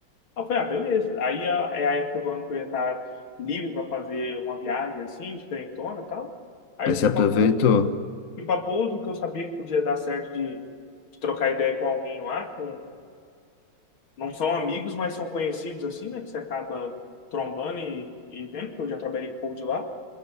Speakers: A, on the left (about 90°); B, on the left (about 45°).
A: Aí eu falei, ah, beleza. Aí a- é a época do ano que eu ia estar livre para fazer uma viagem assim, diferentona e tal. Aí
B: Aí
A: eu
B: você
A: fui
B: aproveitou.
A: para Pouso, fui para Pouso, que eu sabia que podia dar certo de, de trocar ideia com alguém lá, com, não são amigos, mas são conhecidos assim, né? Que você acaba trombando e, e vendo, porque eu já trabalhei com o de lá.